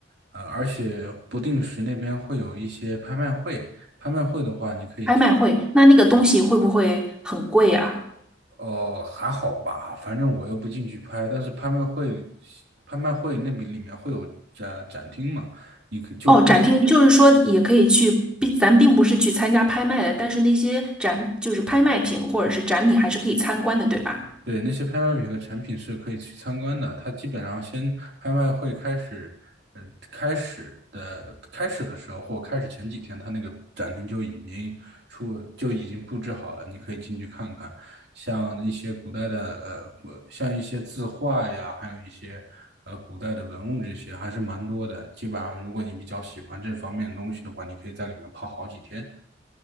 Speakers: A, on the right (about 60°); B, in the centre.
A: 呃，而且不定时那边会有一些拍卖会，拍卖会的话，你可以去
B: 拍卖会，那那个东西会不会很贵啊？
A: 哦，还好吧，反正我又不进去拍，但是拍卖会，拍卖会那边里面会有展展厅嘛。你可就跟
B: 哦，展厅就是说也可以去，并咱并不是去参加拍卖的，但是那些展就是拍卖品或者是展品还是可以参观的，对吧？
A: 对，那些拍卖品和产品是可以去参观的。它基本上先拍卖会开始，呃，开始的开始的时候或开始前几天，它那个展厅就已经出就已经布置好了，你可以进去看看。像一些古代的呃，古像一些字画呀，还有一些呃古代的文物这些，还是蛮多的。基本上，如果你比较喜欢这方面的东西的话，你可以在里面泡好几天。